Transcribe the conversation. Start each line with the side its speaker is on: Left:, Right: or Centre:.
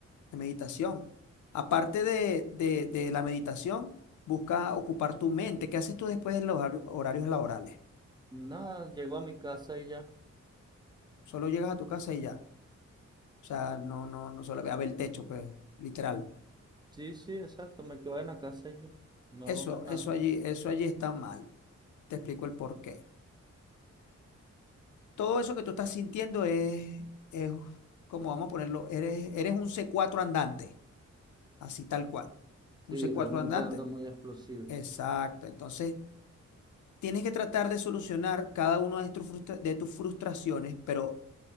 Left: de meditación. Aparte de, de, de la meditación, busca ocupar tu mente. ¿Qué haces tú después de los hor- horarios laborales?
Right: Nada, llego a mi casa y ya.
Left: Solo llegas a tu casa y ya. O sea, no, no, no solo a ver el techo, pues, literal.
Right: Sí, sí, exacto, me quedo en la casa y ya. No
Left: Eso,
Right: hago más nada.
Left: eso allí, eso allí está mal. Te explico el porqué. todo eso que tú estás sintiendo es, es como vamos a ponerlo, eres, eres un c cuatro andante, así tal cual. Un
Right: Sí,
Left: c cuatro
Right: realmente
Left: andante,
Right: ando muy explosivo.
Left: exacto. Entonces, tienes que tratar de solucionar cada una de, estos frustra- de tus frustraciones, pero,